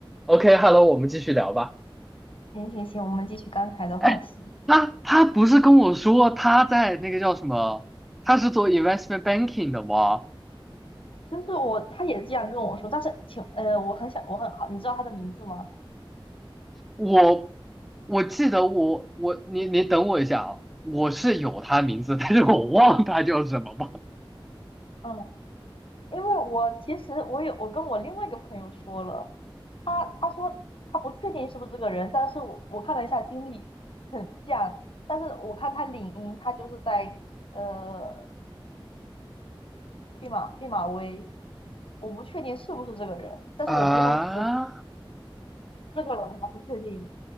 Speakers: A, in the centre; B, on the left.
A: OK，Hello，我们继续聊吧。
B: 行行行，我们继续刚才的话题。
A: <laughs> 哎，他他不是跟我说他在那个叫什么？他是做 investment banking 的吗？
B: 就是我，他也这样跟我说，但是请，呃，我很想，我很好，你知道他的名字吗？
A: 我我记得我我你你等我一下啊，我是有他名字，但是我忘他叫什么吗？
B: 嗯，因为我其实我有，我跟我另外一个朋友说了，他他说他不确定是不是这个人，但是我我看了一下经历很像，但是我看他领英，他就是在呃毕马毕马威，我不确定是不是这个人，但是我朋友我朋
A: 啊，
B: 这个我还不确定，